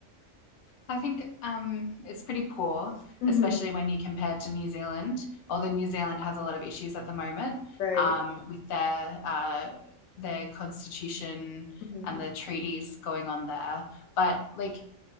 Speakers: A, on the left; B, on the left.
A: I think um, it's pretty poor,
B: hmm
A: especially when you compare to New Zealand. Although New Zealand has a lot of issues at the moment
B: Right.
A: um, with their uh, their constitution
B: hmm
A: and the treaties going on there, but like